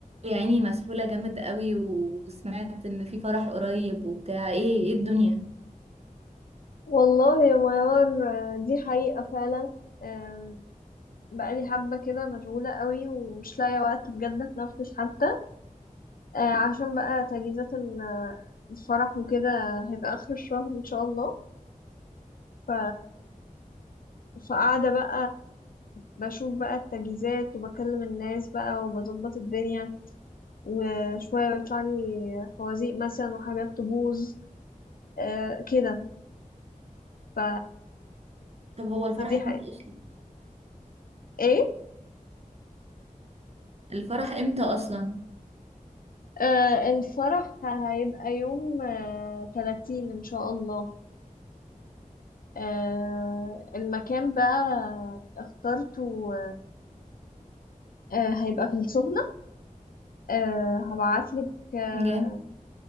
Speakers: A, on the right; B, on the left.
A: يا عيني مسحولة جامد قوي وسمعت ان في فرح قريب وبتاع ايه ايه الدنيا
B: والله يا ميار آه، دي حقيقة فعلا آم، بقالي حبة كده مشغولة قوي ومش لاقية وقت بجد اتنفس حتى آه، عشان بقى تجهيزات ال- الفرح وكده هيبقى آخر الشهر إن شاء الله ف... فقاعدة بقى بشوف بقى التجهيزات وبكلم الناس بقى وبظبط الدنيا وشوية بيطلع لي خوازيق مثلا وحاجات تبوظ آه، كده ف...
A: طب هو الفرح
B: فدي حقيقة
A: امتى اصلا
B: إيه؟
A: الفرح امتى اصلا
B: آه الفرح هيبقى يوم آه 30 إن شاء الله آه المكان بقى اخترته آه هيبقى في السخنة آه هبعتلك اه
A: جامد